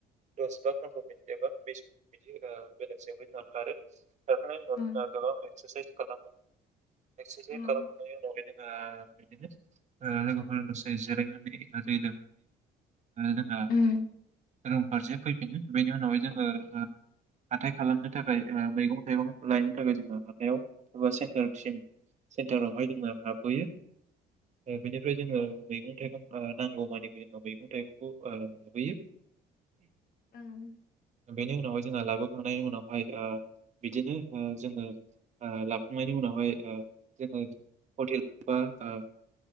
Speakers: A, on the right; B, on the left.
A: दस बा फन्द्र' मिनिट एबा बिस बिदि ओ बेलासियाव जोंहा खारो। खारखांनायनि
B: ओं
A: उनाव जोंहा गोबां एक्सारसाइस खालामो। एक्सारसाइस
B: ओं
A: खालामखांनायनि उनावहाय जोङो बिदिनो ओ लोगोफोरजों दसे जिरायनानै <unintelligible> आरो जोंना
B: ओं
A: रुम फारसे फैफिनो बेनि उनावहाय जों ओ ओ हाथाइ खालामनो थाखाय ओ मैगं थाइगं लायनो थाखाय जोङो हाथाइयाव एबा सेन्टारसिम सेन्टारावहाय जोङो हाबबोयो ओ बेनिफ्राय जोङो मैगं थाइगं ओ नांगौमानि <inaudible> मैगं-थाइगं खौ ओ लाबोयो।
B: ओं
A: बेनि उनावहाय जोंहा लाबोखांनायनि उनावहाय ओ बिदिनो ओ जोङो ओ लाखांनायनि उनावहाय ओ जोङो हटेल बा ओ